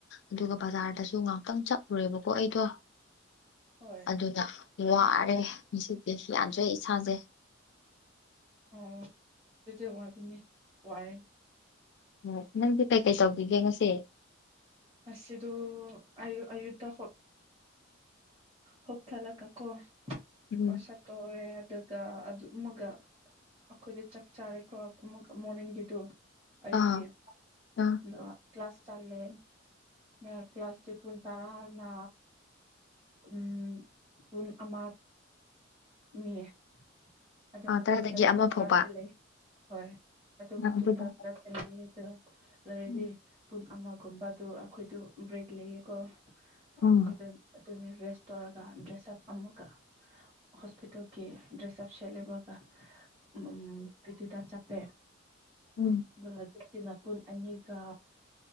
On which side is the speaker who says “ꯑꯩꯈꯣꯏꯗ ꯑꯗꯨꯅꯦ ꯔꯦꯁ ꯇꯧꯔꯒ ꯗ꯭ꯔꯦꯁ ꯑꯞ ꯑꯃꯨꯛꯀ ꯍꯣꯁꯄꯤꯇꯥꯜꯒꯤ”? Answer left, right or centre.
Right